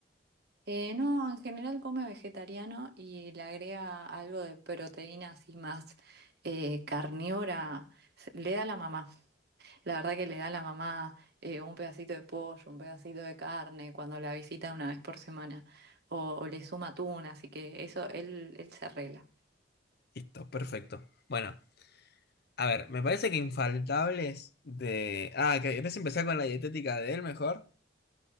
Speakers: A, on the right; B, on the left.
A: Eh, no, en general come vegetariano y le agrega algo de proteína así más eh, carnívora. Se- Le da la mamá. La verdad que le da la mamá eh, un pedacito de pollo, un pedacito de carne cuando la visita una vez por semana. O, o le suma atún, así que eso él, él se arregla.
B: Listo, perfecto. Bueno, a ver, me parece que infaltables de... Ah, que ¿querés empezar con la dietética de él mejor?